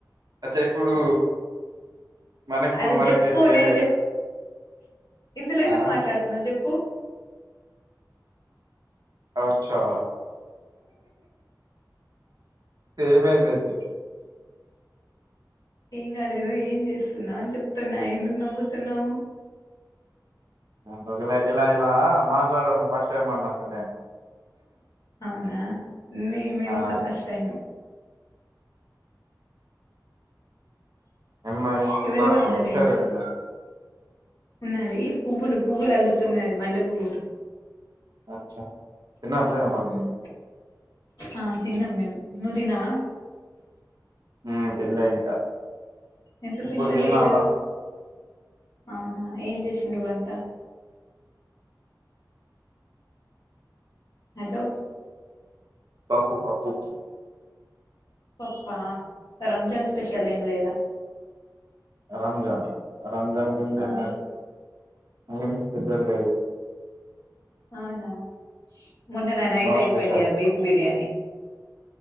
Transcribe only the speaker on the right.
అచ్చే ఇప్పుడు మనకి ఇప్పుడు
మనకే
ఏ
ఆ
ఔ ఛా ఏమైందైతే
ఉందుకే ఇలా ఇలా మాట్లాడడం ఫస్ట్ టైం అన్నట్టు నేను
ఆ
ఏం మరి
మా
సిస్టర్
ఏడున్నార్
<unintelligible> తిన్నారా లేదా మళ్ళీ
మీరు
ఊ తిన్లే ఇంకా
ఇప్పుడు
తినాల
పప్పు పప్పు
రంజాన్ ఆ రంజాన్ కెందుకండి
నై ఆయనికి స్పెషల్ డే
నో
స్పెషల్